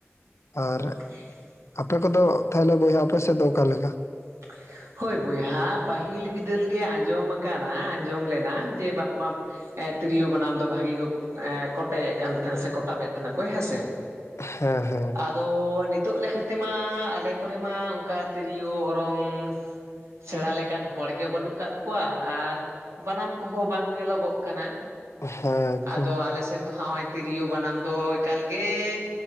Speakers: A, on the left (about 80°); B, on the right (about 80°).
A: ᱟᱨ
B: <inaudible>
A: ᱟᱯᱮ ᱠᱚᱫᱚ ᱛᱟᱦᱚᱞᱮ ᱵᱚᱭᱦᱟ ᱟᱯᱮ ᱥᱮᱫ ᱫᱚ ᱚᱠᱟ ᱞᱮᱠᱟ?
B: <inaudible> ᱦᱳᱭ ᱵᱚᱭᱦᱟ ᱯᱟᱹᱦᱤᱞ ᱵᱤᱫᱟᱹᱞ ᱜᱮ ᱟᱸᱡᱚᱢ ᱟᱠᱟᱱᱟ ᱟᱸᱡᱚᱢ ᱞᱮᱱᱟ ᱡᱮ ᱵᱟᱝᱢᱟᱼᱼ ᱛᱤᱨᱭᱳ ᱵᱟᱱᱟᱢ ᱫᱚ ᱵᱷᱟᱜᱤ ᱠᱚ ᱠᱚᱴᱮᱡᱮᱫ ᱠᱟᱱ ᱛᱟᱦᱮᱱᱟ ᱥᱮ ᱠᱚᱴᱟᱵ ᱮᱫ ᱛᱟᱦᱮᱱ ᱟᱠᱚ ᱦᱮᱸ ᱥᱮ
A: ᱦᱮᱸ ᱦᱮᱸ
B: ᱟᱫᱚ ᱱᱤᱛᱼᱼ ᱱᱤᱛᱚᱜ ᱞᱮᱠᱟ ᱛᱮᱢᱟ ᱟᱞᱮ ᱠᱚᱨᱮ ᱢᱟ ᱚᱱᱠᱟ ᱛᱤᱨᱭᱳ ᱚᱨᱚᱝ ᱥᱮᱬᱟ ᱞᱮᱠᱟᱱ ᱦᱚᱲ ᱜᱮ ᱵᱟᱹᱱᱩᱜ ᱟᱠᱟᱜ ᱠᱚᱣᱟ ᱟᱨᱼᱼ ᱵᱟᱱᱟᱢ ᱠᱚ ᱦᱚᱸ ᱵᱟᱝ ᱧᱮᱞᱚᱜᱚᱜ ᱠᱟᱱᱟ
A: ᱦᱮᱸ ᱦᱮᱸ ᱮᱠᱫᱚᱢ
B: ᱟᱫᱚ ᱟᱞᱮ ᱥᱮᱱ ᱫᱚ ᱱᱚᱜ-ᱚᱭ ᱛᱤᱨᱭᱳ ᱵᱟᱱᱟᱢ ᱫᱚ ᱮᱠᱟᱞ ᱜᱮ